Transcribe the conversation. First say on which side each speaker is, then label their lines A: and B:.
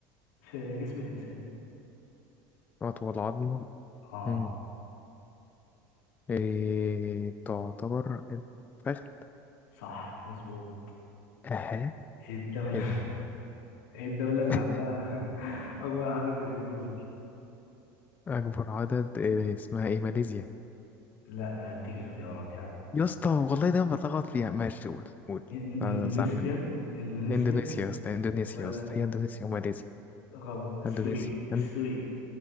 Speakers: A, on the left; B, on the left.
A: في جسم الانسان
B: أطول عظمة
A: اه
B: مم. إيه تعتبر الفخذ
A: صح مظبوط
B: أها
A: ايه الدوله
B: حلو
A: <laughs> ايه الدوله اللي
B: <laughs>
A: عندها <laughs> اول عدد من الجزر
B: أكبر عدد إيه اسمها إيه ماليزيا
A: لا هديك اختيارات يا عم
B: يا اسطى والله دايما بتلخبط فيها ماشي قول قول
A: إن-
B: أنا
A: اندونيسيا
B: زعلان منك
A: اندونيسيا
B: إندونيسيا يا اسطى إندونيسيا
A: ولا
B: يا اسطى هي إندونيسيا وماليزيا
A: غلط السويد
B: إندونيسيا
A: السويد
B: إن-